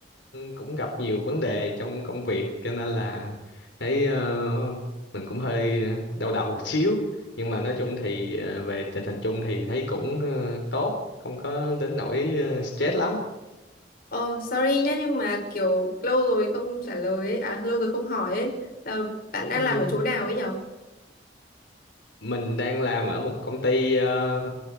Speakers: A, on the left (about 80°); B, on the left (about 55°).
A: cũng gặp nhiều vấn đề trong công việc cho nên là thấy ờ, mình cũng hơi đau đầu một xíu nhưng mà nói chung thì ờ, về tình hình chung thì thấy cũng ờ, tốt không có đến nỗi ờ, stress lắm
B: oh sorry nhá, nhưng mà kiểu lâu rồi không trả lời ấy, à lâu rồi không hỏi ấy, Ờ, bạn đang
A: Ừ.
B: làm ở chỗ nào ấy nhở?
A: mình đang làm ở một công ty ờ,